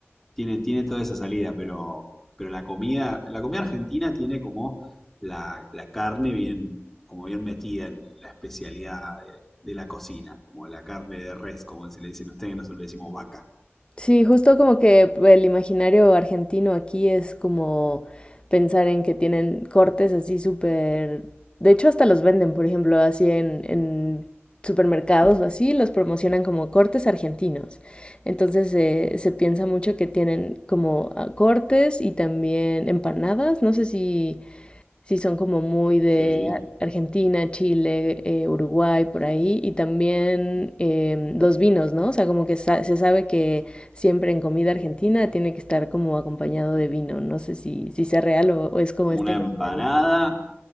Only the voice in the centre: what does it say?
tiene, tiene toda esa salida, pero, pero la comida, la comida argentina tiene como la, la carne bien, como bien metida en la especialidad de, de la cocina, como la carne de res, como se le dicen a ustedes, nosotros le decimos vaca.
Sí.
Una
empanada,